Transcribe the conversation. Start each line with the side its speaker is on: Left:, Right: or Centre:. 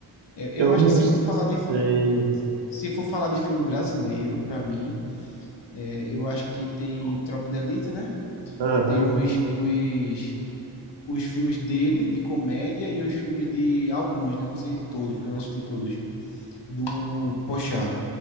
Left: É,
Right: Eu
Left: eu acho
Right: não
Left: que se
Right: sei.
Left: for falar de filme, se for falar de filme brasileiro, para mim, é, eu acho que tem Tropa de Elite, né?
Right: Aham.
Left: Tem os, os os filmes dele, de comédia, e os filmes de alguns, né? Não sei se todos, porque eu não assisti todos, do Pochá.